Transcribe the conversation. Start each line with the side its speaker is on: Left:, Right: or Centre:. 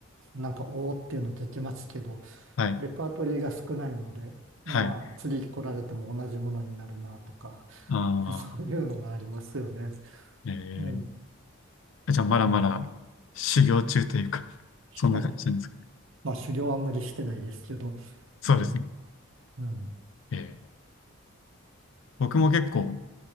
Right: なんかおーっていうのできますけど、
Left: はい。
Right: レパートリーが少ないので、まあ次来られても同じものになるなとか、
Left: はい。ああ、
Right: <laughs> そういうのがありますよね。
Left: ええ
Right: うん、
Left: じゃあまだまだ
Right: うん。
Left: 修行中というか、<laughs> そんな感じなんですか。
Right: まあ、まあ狩猟はあんまりしてないですけど、ええ、
Left: そうですね。
Right: うん。
Left: ええ僕も結構